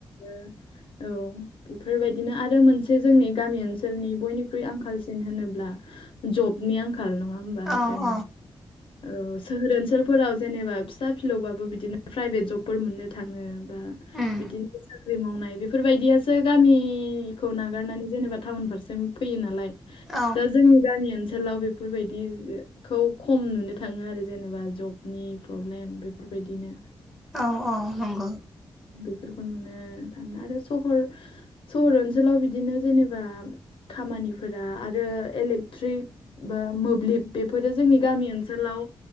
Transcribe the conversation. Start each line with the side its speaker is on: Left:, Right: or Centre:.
Left: ओ औ। बेफोरबादिनो आरो मोनसे जोंनि गामि ओनसोलनि आंखालसिन होनोब्ला जबनि आंखाल नङा होमबा
Centre: औ
Left: जोङो
Centre: औ
Left: औ सोहोर ओनसोलफोराव जेनेबा फिसा फिलौबाबो बिदिनो प्राइभेट जबफोर मोननो थाङो‌ बा
Centre: उम
Left: बिदिनो साख्रि मावनाय बे फोरबायदियासो गामिखौ नागारनानै जेनेबा टाउन फारसे फैयो नालाय।
Centre: औ
Left: दा जोंनि गामि ओनसोलाव बेफोरबायदिखौ खम नुनो थाङो आरो जेनेबा जबनि प्रब्लेम बेफोरबायदिनो
Centre: औ औ नंगौ।
Left: बेफोरखौ नुनो थाङो आरो सहर सहर ओनसोलाव बिदिनो जेनेबा खामानिफोरा आरो इलेक्ट्रिक बा मोब्लिब बेफोरो जोंनि गामि ओनसोलाव